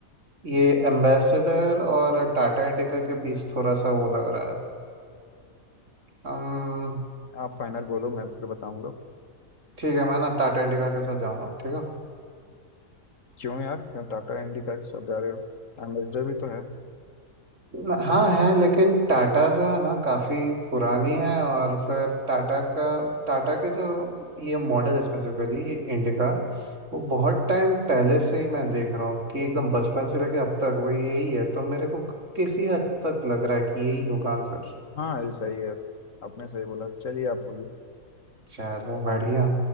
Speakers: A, on the right; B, on the left.
A: ये
B: हम्म,
A: एम्बेसडर और टाटा इंडिका के बीच थोड़ा सा वो लग रहा है हम
B: आप फाइनल बोलो मैं फिर बताऊंगा
A: ठीक है मैं ना टाटा इंडिका के साथ जाऊंगा ठीक है
B: क्यों यार क्यों टाटा इंडिका के सब जा रहे हो एम्बेसडर भी तो है
A: न- हाँ है लेकिन टाटा जो है ना काफ़ी पुरानी है और फिर टाटा का टाटा के जो ये मॉडल स्पेसिफिकली ये इंडिका वो बहुत टाइम पहले से ही मैं देख रहा हूँ कि एकदम बचपन से लेके अब तक वो यही है तो मेरे को किसी हद तक लग रहा है कि यही होगा आंसर
B: हाँ ये सही है आपने सही बोला चलिए आप बोलिए
A: चलो बढ़िया